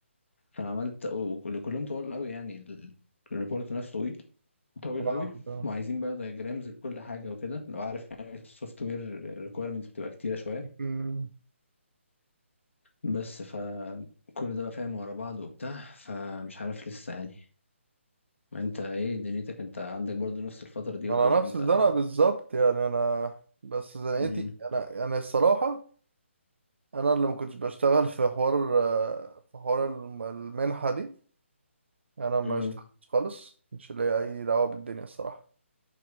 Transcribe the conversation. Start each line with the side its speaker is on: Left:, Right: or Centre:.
Left: فانا عملت وكلهم طوال قوي يعني ال- الريبورت نفسه طويل طويل
Right: فاهمك
Left: قوي
Right: اه.
Left: وعايزين بقى دايجرامز لكل حاجه وكده لو عارف يعني السوفت وير ريكويرمنتس بتبقى كتيره شويه
Right: امم.
Left: بس فكل ده بقى فاهم ورا بعض وبتاع فمش عارف لسه يعني ما انت ايه دنيتك انت عندك برضو نفس الفتره دي
Right: انا
Left: ولا
Right: نفس
Left: انت
Right: الزنقه بالظبط يعني انا بس زنقتي
Left: مم.
Right: انا يعني الصراحه انا اللي ما كنتش بشتغل في حوار آه، في حوار الم- المنحه دي انا ما
Left: مم.
Right: اشتغلتش خالص مش ليا اي دعوه بالدنيا الصراحه